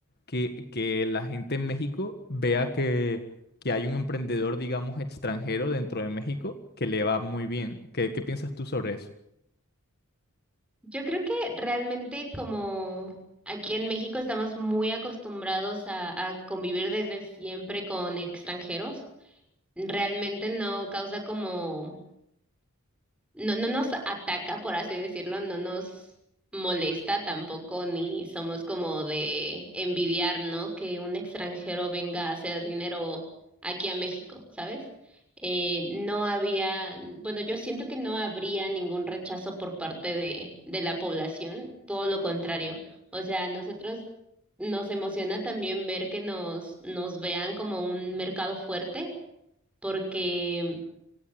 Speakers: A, on the left; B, in the centre.
A: que, que la gente en México vea que, que hay un emprendedor, digamos, extranjero dentro de México que le va muy bien? ¿Qué, qué piensas tú sobre eso?
B: Yo creo que realmente como aquí en México estamos muy acostumbrados a, a convivir desde siempre con extranjeros, realmente no causa como no, no nos ataca, por así decirlo, no nos molesta tampoco, ni somos como de envidiar, ¿no? Que un extranjero venga a hacer dinero aquí a México, ¿sabes? Eh, no había, bueno, yo siento que no habría ningún rechazo por parte de, de la población, todo lo contrario. O sea, a nosotros nos emociona también ver que nos, nos vean como un mercado fuerte, porque